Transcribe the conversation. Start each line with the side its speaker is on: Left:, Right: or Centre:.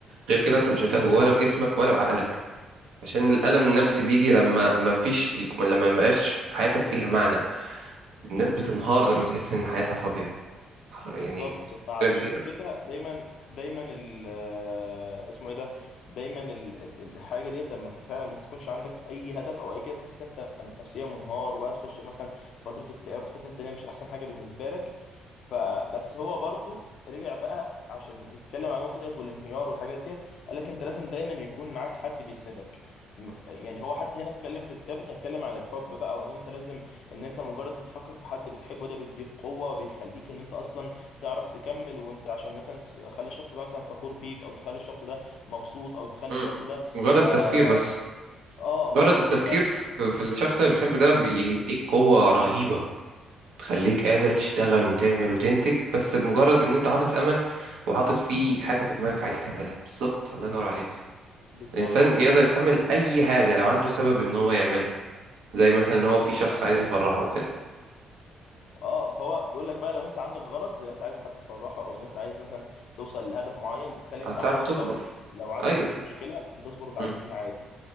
Right: غير كده انت مش هتنجو ولا بجسمك ولا بعقلك عشان الالم
Left: بالظبط
Right: النفسي بيجي لما ما فيش لما ما يبقاش في حياتك فيها معنى الناس بتنهار لما تحس ان حياتها فاضيه يعني
Left: بالظبط فعلشان
Right: كبيره
Left: كده دايما دايما ال آه، اسمه ايه ده دايما ال- ال- الحاجه ديت لما فعلا ما تكونش عندك اي هدف او اي كده تحس إن انت نفسيا منهار وبقى تخش مثلا فتره اكتئاب وتحس إن انت مش احسن حاجه بالنسبه لك فبس هو برضو رجع بقى عشان يتكلم عن النقطه ديت والانهيار والحاجات ديت قال لك انت لازم دايما يكون معاك حد بيسندك م- يعني هو حتى هنا اتكلم في الكتاب كان اتكلم عن الحب بقى وان انت لازم ان انت مجرد بتفكر في حد بتحبه ده بيديك قوه وبيخليك ان انت اصلا تعرف تكمل وانت عشان مثلا تخلي الشخص ده مثلا فخور بيك او تخلي الشخص ده مبسوط او تخلي
Right: مم.
Left: الشخص ده
Right: مجرد التفكير
Left: اه,
Right: بس
Left: آه مجرد
Right: مجرد
Left: تفكير
Right: التفكير
Left: فعلا
Right: في
Left: بيك
Right: في الشخص اللي بتحبه ده بيديك قوة رهيبة تخليك قادر تشتغل وتعمل وتنتج بس بمجرد ان انت حاطط امل وحاطط فيه حاجة في دماغك عايز تعملها بالظبط الله ينور عليك
Left: بالظبط
Right: الانسان
Left: وفي
Right: يقدر يتحمل
Left: الحاجه
Right: اي حاجة لو عنده سبب ان هو يعملها زي مثلا
Left: بالظبط
Right: ان هو في شخص
Left: ده حقيقه
Right: عايز يفرحه وكده
Left: اه فهو بيقول لك بقى لو انت عندك غرض زي انت عايز حد تفرحه او ان انت عايز مثلا توصل لهدف معين بتخلي
Right: هتعرف
Left: انت عندك
Right: تصبر
Left: صبر لو عندك
Right: ايوه
Left: اي مشكله بتصبر وتعديها
Right: مم.
Left: عادي